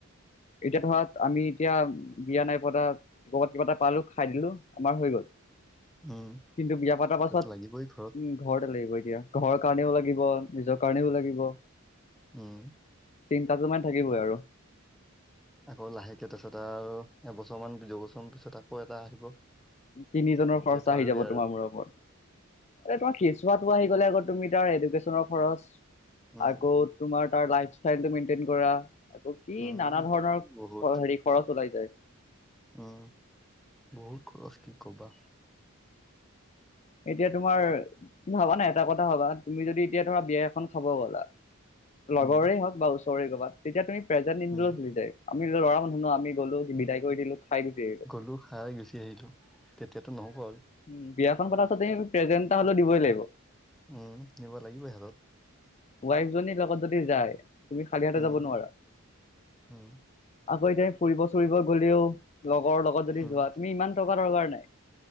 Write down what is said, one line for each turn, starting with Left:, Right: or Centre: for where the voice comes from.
Left: এতিয়া ধৰা আমি- এতিয়া বিয়া নাই পতা, ক'ৰবাত কিবা এটা পালো খাই দিলো, আমাৰ হৈ গ'ল।
Centre: উম
Left: কিন্তু বিয়া পাতাৰ
Centre: সেইটোত
Left: পাছত,
Centre: লাগিবই ঘৰত
Left: উম ঘৰতে লাগিব এতিয়া। ঘৰৰ কাৰণেও লাগিব, নিজৰ কাৰণেও লাগিব।
Centre: উম
Left: চিন্তাটো মানে থাকিবই আৰু।
Centre: আকৌ লাহেকে তাৰপিছত আৰু এবছৰমান, দুবছৰমান পিছত আকৌ এটা আহিব।
Left: তিনিজনৰ
Centre: তেতিয়াতো
Left: খৰচা আহি
Centre: আৰুৱে
Left: যাব
Centre: আৰু
Left: তোমাৰ মূৰৰ ওপৰত। তোমাৰ কেঁচুৱাটো আহি গ'লে আকৌ তুমি তাৰ এডুকেশ্যনৰ খৰচ,
Centre: উম
Left: আকৌ তোমাৰ তাৰ লাইফষ্টাইলটো মেইনটেইন কৰা। আকৌ কি
Centre: উম
Left: নানা ধৰণৰ
Centre: বহুত
Left: হেৰি খৰচ ওলাই যায়।
Centre: উম বহুত খৰচ কি কবা।
Left: এতিয়া তোমাৰ ভাবানা এটা কথা ভাবা, তুমি যদি এতিয়া ধৰা বিয়া এখন খাব গ'লা লগৰে
Centre: উম
Left: হওক বা ওচৰে ক'বাত তেতিয়া তুমি পেজেণ্ট নিনিলেও
Centre: উম
Left: চলি যাই। আমি ল'ৰা মানুহ ন আমি গ'লো বিদায় কৰি দিলো খাইুচি আহিলো।
Centre: ৰু খাই গুচি আহিলো। কেতিয়াতো নহ'ব আৰু।
Left: উম বিয়াখন পতা পিছতে প্ৰেজেণ্ট এটা হ'লেও দিবই লাগিব।
Centre: উম নিব লাগিবই হাতত।
Left: ৱাইফজনী লগত যদি যায়। তুমি খালি হাতে
Centre: উম
Left: যাব নোৱাৰা।
Centre: উম
Left: আকৌ এতিয়া ফুৰিব-চুৰিব গ'লেও লগৰ লগত যদি
Centre: উম
Left: যোৱা, তুমি ইমান টকা দৰকাৰ নাই,